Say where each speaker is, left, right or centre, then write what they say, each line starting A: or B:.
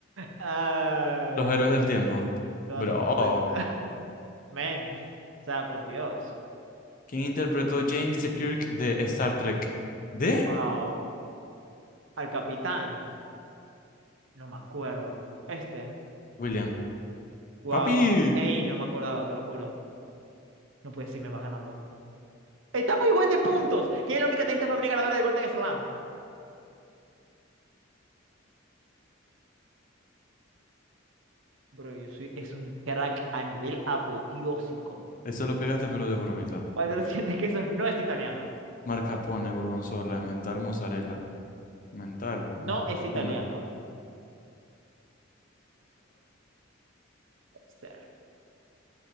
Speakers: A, on the right; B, on the left.
A: Ay,
B: Los héroes del tiempo.
A: todas
B: Bro.
A: son correctas. <laughs> Men, o sea, por Dios.
B: ¿Quién interpretó James T. Kirk de Star Trek? ¿De?
A: Wow. Al capitán, no me acuerdo. Este,
B: William.
A: wow.
B: Papi.
A: Ey, no me acordaba, te lo juro. No puedes decirme vas ganando. Estamos igual de puntos. ¿Quién es la única tenista femenina ganadora de Golden Slam? Bro, yo soy, es un crack a nivel apoteósico.
B: Eso lo pegaste, pero de bromita.
A: Valder <laughs> siente que eso no es italiano.
B: Mascarpone, gorgonzola, mental, mozzarella. Mental,
A: No
B: mascarpone.
A: es italiano. Puede ser.